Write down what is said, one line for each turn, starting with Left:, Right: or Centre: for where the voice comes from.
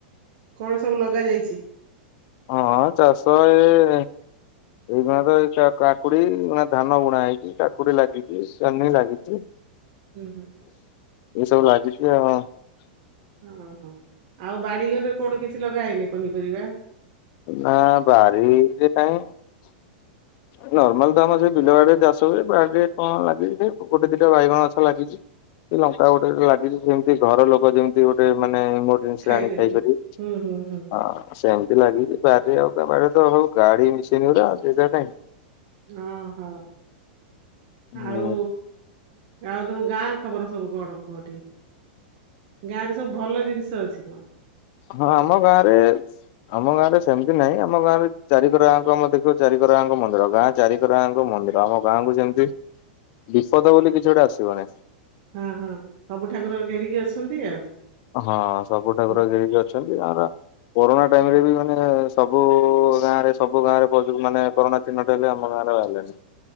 Right: କଣ ସବୁ ଲଗା ଯାଇଛି?
Left: ହଁ ଚାଷ ଏ । ଏଇଖିଣା ତ ଏଇ କା କାକୁଡି ଏଇନା ଧାନ ବୁଣା ହେଇଛି କାକୁଡି ଲାଗିଛି ଜହ୍ନି ଲାଗିଛି ।
Right: ହୁଁ ହୁଁ ।
Left: ଏସବୁ ଲାଗିଛି ଆଉ ।
Right: ହଁ ହ ଆଉ ବାଡିଘରେ କୋଉଠେ କିଛି ଲଗା ହେଇନି ପନିପରିବା ।
Left: ନା ବାରି ରେ କାଇଁ । ନର୍ମାଲ ତ ଆମ ସେଇ ବିଲ ବାଡିରେ ଚାଷ ହୁଏ ବାଡିରେ କଣ ଲାଗିଛି ଗୋଟେ ଦିଟା ବାଇଗଣ ଗଛ ଲାଗିଛି । ସେ ଲଙ୍କା ଗୋଟେ ଗୋଟେ ଲାଗିଛି ଜେମିତି ଘର ଲୋକ ଯେମିତି ଗୋଟେ ମାନେ । ନାଇ ଗୋଟେ ଜିନିଷ
Right: ଖାଇପାରିବେ?
Left: ଆଣି ଖାଇ ପାରିବେ
Right: ହୁଁ ହୁଁ ହୁଁ ହୁଁ।
Left: ହଁ ସେମିତି ଲାଗିଚି । ବାରି ରେ ଆଉ କାଇଁ ବାଡି ରେ ତ ସବୁ ଗାଡି ମିସିନି ଗୁଡା ଆଉ ଜେଗା କାଇଁ ।
Right: ଅ ହୋ
Left: ହୁଁ
Right: ଆଉ । ଆଉ ତମ ଗାଁ ଖବର ସବୁ କଣ କୁହ ଟିକେ । ଗାଁ ରେ ସବୁ ଭଲ ଜିନିଷ ଅଛି କଣ?
Left: ହଁ ଆମ ଗାଁରେ । ଆମ ଗାଁରେ ସେମିତି ନାହିଁ ଆମ ଗାଁରେ ଚାରିକର ଯାଙ୍କ ଆମର ଦେଖିବ ଚାରିକରଆଙ୍କ ମନ୍ଦିର ଗାଁ ଚାରିକରଆଙ୍କ ମନ୍ଦିର । ମନ୍ଦିର ଆମ ଗାଁ କୁ ସେମିତି ବିପଦ ବୋଲି କିଛି ଗୋଟେ ଆସିବନି ।
Right: ହୁଁ ହୁଁ ସବୁ ଠାକୁର ଘେରିକି ଅଛନ୍ତି ଆଉ ।
Left: ହଁ ସବୁ ଠାକୁର ଘେରିକି ଅଛନ୍ତି ଆମର କୋରୋନା ଟାଇମରେ ବି ମାନେ । ସବୁ ଗାଁରେ ସବୁ ଗାଁରେ ପ ମାନେ କରୋନା ଚିହ୍ନଟ ହେଲେ ଆମ ଗାଁ ରେ ବାହାରିଲେନି।